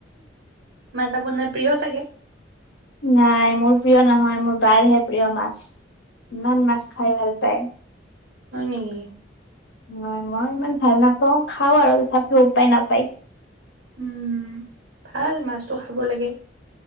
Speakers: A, on the right; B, on the left.
A: বনাই প্ৰিয় চাগে
B: নাই মোৰ প্ৰিয় নহয় মোৰ বাৰহে প্ৰিয় মাছ ইমান মাছ খাই ভাল পায়
A: হয় নেকি?
B: হয় মই ইমান ভাল নাপাওঁ খাও আৰু তথাপিও উপায় নাপায়।
A: উম ভাল মাছটো খাব লাগে।